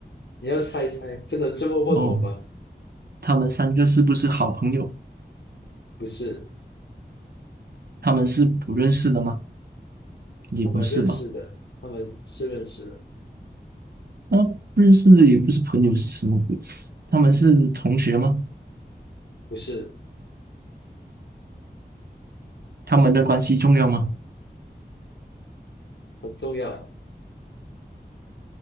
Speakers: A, on the left; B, on the right.
A: 你要猜猜，不能这么问我吧？
B: 哦，他们三个是不是好朋友？
A: 不是，
B: 他们是不认识的吗？也不是吧？
A: 他们认识的，他们是认识的，
B: 那不认识的也不是朋友是什么鬼？他们是同学吗？
A: 不是
B: 他们的关系重要吗？
A: 很重要，